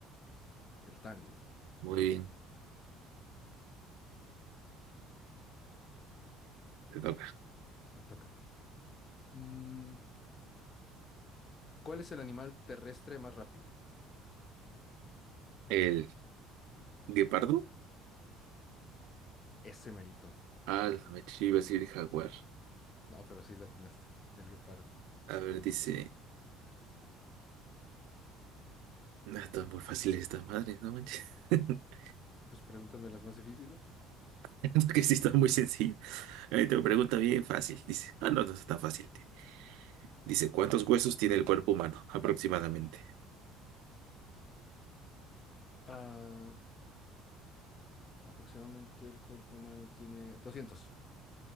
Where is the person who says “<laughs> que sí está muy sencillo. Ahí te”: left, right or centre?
Right